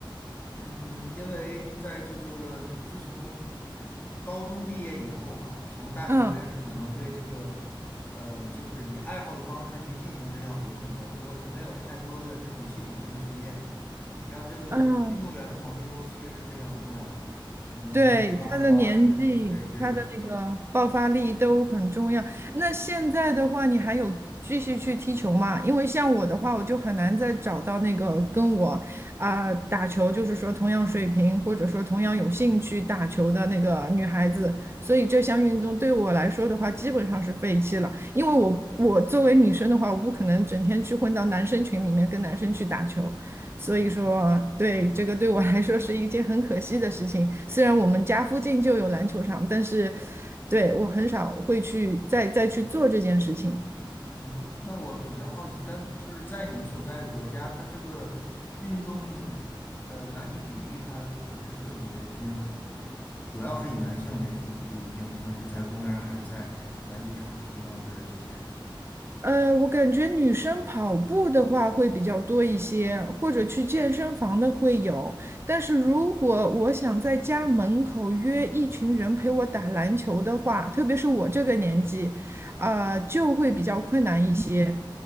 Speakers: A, on the left; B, on the right.
A: 嗯，因为在这个自从高中毕业以后吧，从大学开始，
B: 嗯
A: 可能对这个呃，就是以爱好的方式去进行这项活动比较多，就没有太多的这种系统性的训练。你知道这个运动员的黄金周期是非常重要的，
B: 嗯，
A: 可能十八到二十几岁，
B: 对，他的年纪，
A: 对，
B: 他的那个爆发力都很重要。那现在的话，你还有继续去踢球吗？因为像我的话，我就很难再找到那个跟我啊、打球，就是说同样水平或者说同样有兴趣打球的那个女孩子，所以这项运动对我来说的话，基本上是废弃了。因为我我作为女生的话，我不可能整天去混到男生群里面跟男生去打球。所以说啊，对，这个对我来说是一件很可惜的事情。虽然我们家附近就有篮球场，但是对我很少会去再再去做这件事情。
A: 嗯，那那我比较好奇，但就是在你所在的国家，它这个运动的男女比例它不是特别均衡，是吗？主要是以男性为主，就是平平时在公园儿还是在篮球场看到的这些人。
B: 呃，我感觉女生跑步的话会比较多一些，或者去健身房的会有。但是如果我想在家门口约一群人陪我打篮球的话，特别是我这个年纪，呃，就会比较困难一些。